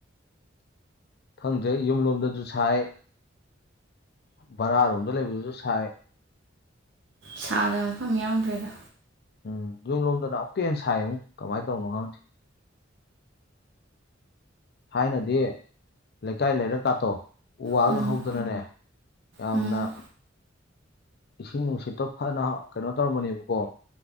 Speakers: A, on the left; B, on the right.
A: ꯐꯪꯗ꯭ꯔꯩ ꯌꯨꯝ ꯂꯣꯝꯗꯁꯨ ꯁꯥꯏ ꯕꯔꯥꯔꯣꯝꯗ ꯂꯩꯕꯗꯨꯁꯨ ꯁꯥꯏ
B: ꯁꯥꯗꯕ ꯃꯐꯝ ꯌꯥꯎꯗ꯭ꯔꯦꯗ
A: ꯎꯝ ꯌꯨꯝ ꯂꯣꯝꯗꯅ ꯑꯃꯨꯛꯀ ꯍꯦꯟ ꯁꯥꯏ ꯑꯃꯨꯛ ꯀꯃꯥꯏꯅ ꯇꯧꯅꯣ ꯈꯪꯁꯦ ꯊꯥꯏꯅꯗꯤ ꯂꯩꯀꯥꯏ ꯂꯩꯔ ꯀꯥꯠꯇꯣ ꯎ ꯋꯥꯒ
B: ꯎꯝ
A: ꯍꯧꯗꯅꯅꯦ ꯌꯥꯝꯅ
B: ꯎꯝ
A: ꯏꯁꯤꯡ ꯅꯨꯡꯁꯤꯠꯇꯣ ꯐꯅ ꯀꯩꯅꯣ ꯇꯧꯔꯝꯕꯅꯦꯕꯀꯣ